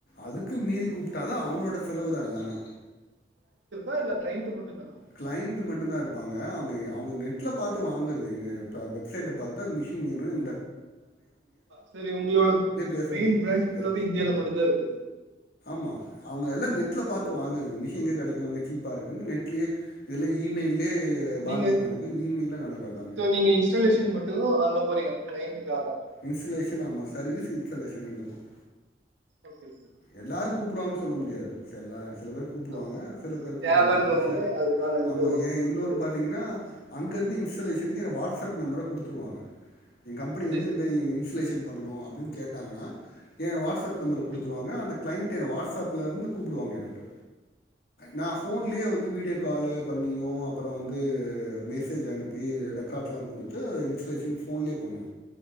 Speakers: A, on the left (about 55°); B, on the right (about 85°).
A: அதுக் மீறி
B: சரி.
A: கூப்பிட்டாத அவங்களோட செலவு தான் எல்லாமே
B: ஆ இல்ல க்ளைண்ட் மட்டும் தானா?
A: கிளைண்ட் மட்டும்தான் இரு ப்பாங்க அவங்க அவங்க நெட்ல பார்த்து வாங்குறது எங்க வெப்சைட் பார்த்தா அ மிஷின் னும்
B: சேரி உங்களோட
A: பேசுறது
B: மெயின் பிராஞ் எல்லாமே இந்தியால மட்டும் தான் இருக்கு
A: ஆமா அவங்க எல்லாம் நெட்ல
B: ஓகே.
A: பார்த்து வாங்கறது மிஷன் எங்க கிடைக் அவங்க சீப்பா இருக்கு நெட்லயே இதெல்லாம் இமெயில் லே பார்கின்
B: நீங்க
A: நடக்கும் ஈவினிங் நா நடக்கும் எல்லாமே
B: சோ நீங்க இன்ஸ்டாலேஷன் மட்டும் அங்க போறீங்க கிளைண்டுக்காக
A: இன்சுலேஷன் ஆமா சர்வீஸ் இன்சுலேஷன் க்கும்
B: ஓகே ஓகே.
A: எல்லாரும் கூப்பிடுவாங்க சொல்ல முடியாது சேரில சில பேர் கூப்பிடுவாங்க
B: ஆ
A: சில பேர் கூப்பிட
B: தேவன்றவங்க
A: மாட்டாங்க சில
B: அதுக்கான இது
A: ஆமா ஏன்
B: குடுத்து
A: இன்னொணு பாத்தீங்கன்னா
B: சரி
A: அங்க இருந்து இன்சோலேசனுக்கு வாட்ஸா வாட்ஸ்அப் நம்பர கொடுத்துருவாங்க என் கம்பெனி வந்து
B: சரி.
A: இந்த இன்ஸ்சுலேஷன் பண்ணணும் அப்படின்னு கேட்டாங்கன்னா என் வாட்ஸ்அப் நம்பர
B: ஓகே.
A: குடுத் அந்த கிளைண்ட் வாட்ஸ்அப்ல இருந்து கூப்பிடுவாங்க எனக் நான் போன்லயே வந்து வீடியோ கால் பண்ணியும் அப்பறம் வந்து மெசேஜ் அனுப்பி ரெக்கார்ட்லாம் கொடுத்து இன்ஸலேஷன் போன்லேயே பண்ணுவோ